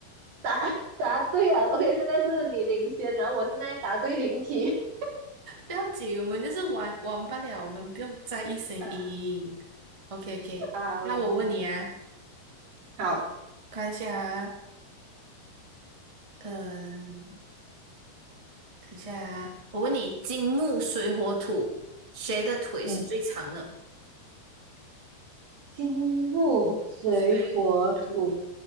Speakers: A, on the right; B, on the right.
A: 答答对啊！OK，现在是你领先，然后我现在答对零题。
B: 不要紧，我们就是玩玩罢了，我们不用在意谁赢。
A: <laughs> 啊
B: OK OK，
A: 好啦，
B: 那我问你啊，
A: 好，
B: 看一下啊，嗯、等一下啊，我问你，金木水火土，谁的腿是最长的？
A: 嗯，金木水火土
B: 水火土，